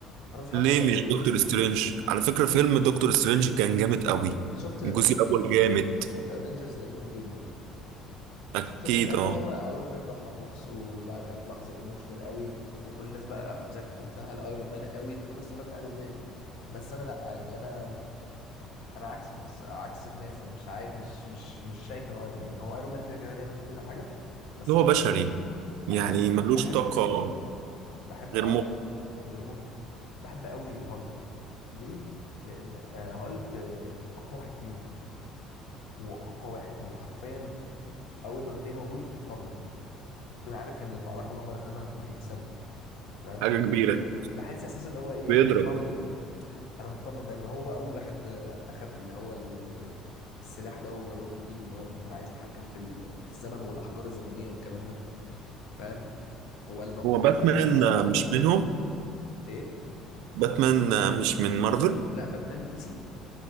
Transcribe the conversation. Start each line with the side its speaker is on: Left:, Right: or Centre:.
Left: فانا مش حابب
Right: ليه
Left: أبقى طبيعي
Right: مش دكتور سترينج على فكرة فيلم دكتور سترينج كان جامد قوي
Left: انت شفت
Right: الجزء
Left: شفت
Right: الاول جامد
Left: شفت افنجرز ذا اند جيم اكيد
Right: اكيد
Left: شفت ان في الاخر
Right: اه
Left: هو ايرون مان ضحى بنفسه وبقى كانت لحظه ايموشنال قوي وكل الناس بقى ذات حبها لايرون مان قوي فكل الناس تقول لك ايرون مان بس انا لا يعني انا انا عكس القصه عكس الناس انا مش عاي... مش مش مش شايف انه ايرون مان هو ايرون مان كده كده جامد وكل حاجه بس
Right: إن هو
Left: انا
Right: بشري
Left: بالنسبه لي
Right: يعني
Left: انا بحب
Right: ملوش
Left: بحب
Right: طاقة
Left: بحب
Right: غير
Left: اه
Right: مخ
Left: أنا غير مخه بحب قوي هالك ليه؟ لان آه، هالك آه، اقوى واحد فيهم هو اقوى واحد هو حرفيا اول ما بتلاقيه موجود انت بتطمن تكون عارف ان المعركه اللي هم داخلينها هم هيكسبوا فاهم
Right: حاجة كبيرة
Left: بحس احساس اللي هو ايه
Right: <laughs> بيضرب
Left: انا مطمن انا مطمن دايما هو اول واحد آه، اخد اللي هو ال- السلاح ده وجربه بايده اللي هو لما كان عايز يتحكم في ال- في الزمن والاحجار الزمنيه والكلام ده فاهم هو قال انا اقوى
Right: هو
Left: واحد
Right: باتمان
Left: وانا اللي اقدر
Right: آه، مش
Left: اتحمل
Right: منهم
Left: ايه
Right: باتمان آه، مش من مارفل
Left: لا باتمان دي سي